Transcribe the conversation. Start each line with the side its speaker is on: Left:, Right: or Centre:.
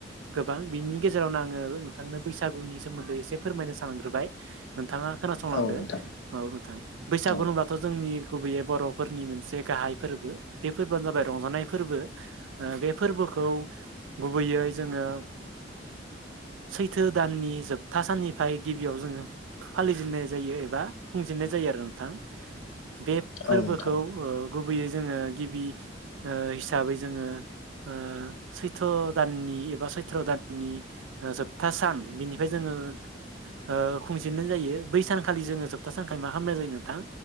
Right: गोबां बिनि गेजेरावनो आङो नोंथांनो बैसागुनि सोमोन्दै एसे फोरमायनो सानग्रोबाय नोंथाङा खोनासंलांदो
Left: औ नोंथां
Right: औ नोंथां बैसागु
Left: औ
Right: होनब्लाथ' जोंनि गुबैयै बर' फोरनि मोनसे गाहाय फोरबो बे फोर बोआनो जाबाय रंजानाय फोरबो बे फोरबोखौ गुबैयै जोङो
Left: <inaudible>
Right: सैथो दाननि जोबथा साननिफ्राय गिबियाव जोङो फालिजेननाय जायो एबा खुंजेननाय जायो। आरो नोंथां बे फोरबोखौ
Left: औ नोंथां
Right: गुबैयै जोङो गिबि ओ हिसाबै जोङो ओ सैथ्र' दाननि एबा सैथ्र' दाननि ओ जोबथा सान। बिनि ओमफाय जोङो ओ खुंजेननाय जायो। बै सानखालि जोङो जोबथा सानखाय मा खामनाय जायो नोंथां